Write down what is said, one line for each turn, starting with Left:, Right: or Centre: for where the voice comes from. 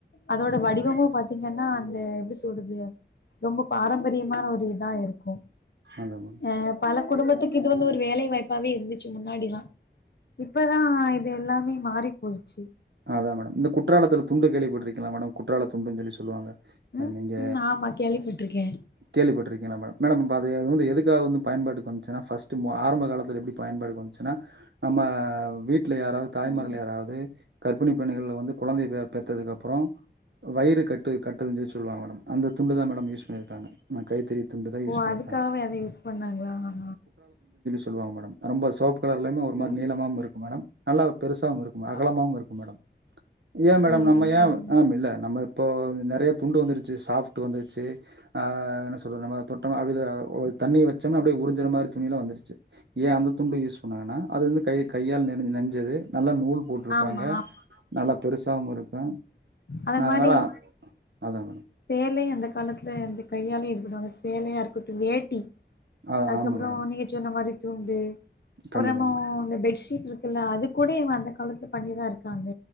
Left: அதோட வடிவமு
Right: சரி
Left: பாத்தீங்கன்னா அந்த எப்டி சொல்றது ரொம்ப பாரம்பரியமான ஒரு இதா இருக்கு
Right: அதா மேடம்
Left: அ பல குடும்பத்துக்கு இது வந்து ஒரு வேலை வாய்ப்பாவே இருந்துச்சு முன்னாடிலா இப்பதா இது எல்லாமே மாறி வச்சி
Right: அதா மேடம் இந்த குற்றாலத்துல துண்டு கேள்விப்பட்டிருக் இதா மேடம் குற்றால துண்டுன்னு சொல்லி சொல்லுவாங்க
Left: ம்
Right: நீங்க
Left: ம் ஆமா கேள்விப்பட்டிருக்கே
Right: கேள்விப்பட்டிருக்கீங்ளா மேடம் மேடம் இப்ப அது வந்து எது இதுக்காக வந்து பயன்பாட்டுக்கு வந்துச்சுனா ஆரம்ப காலத்தில் எப்படி பயன்பாட்டுக்கு வந்துச்சுனா நம்ம வீட்டு வீட்ல யாராவது தாய்மார்கள்
Left: ம்
Right: யாராவது கரற்பிணி பெண்கள்ல வந்து குழந்தை பெற்றதுக்கு அப்புறம் வயிறு கட்டு கட்டதுன்னு சொல்லி சொல்லுவாங்க மேடம் அந்த துண்டு தான் மேடம் யூஸ் பண்ணியிருக்காங்க நான் கைத்தறி துண்டு தான் யூஸ்
Left: ஓ
Right: பண்ணியிருக்காங்க.
Left: அதுக்கவே அதை யூஸ் பண்ணாங்களா ஆ
Right: சொல்வாங்க மேடம் ரொம்ப சாஃப்ட் கலர்லுமே ஒரு மாதிரி
Left: ம்
Right: நீளமாவும் இருக்கும் மேடம் நல்லா பெருசாவும் இருக்கும் அகலமாவும்
Left: ஆ
Right: இருக்கும் மேடம் ஏ மேடம்
Left: ம்
Right: நம்ம
Left: ம்
Right: ஏன்
Left: ம்
Right: மேம் இல்ல நம்ம இப்போ நறைய துண்டு வந்துடுச்சு சாஃப்டு வந்துடுச்சு என்ன சொல்றது நம்ம தொட்டம் அப்படி தண்ணி வச்சோம்னா அப்படியே உறிஞ்சிற மாதிரி துணியெல்லாம் வந்துருச்சு ஏன் அந்த துண்டு யூஸ் பண்ணாங்கன்னா அது வந்து கை கையால் நெஞ்ச நெஞ்சது நல்லா நூல் போட்டிருப்பாங்க
Left: ஆமா
Right: நல்லா பெருசாவும் இருக்கும்
Left: அத
Right: அதனால
Left: மாரி
Right: அதான் மேடம்
Left: லே அந்த காலத்துல அந்த கையாலே எதுக்கடுவாங்க சேலையா இருக்கட்டும் வேட்டி
Right: அதான்
Left: அதுக்கப்புறோம்
Right: ஆமா மேடம்.
Left: நீங்க சொன்ன மாரி துண்டு அப்புறோம்
Right: கண்டிப்பா
Left: நம்ம
Right: மேம்.
Left: இந்த பெட்ஷீட் இருக் குல அது கூட இவுங்க அந்த காலத்துல பண்ணிதான் இருக்காங்க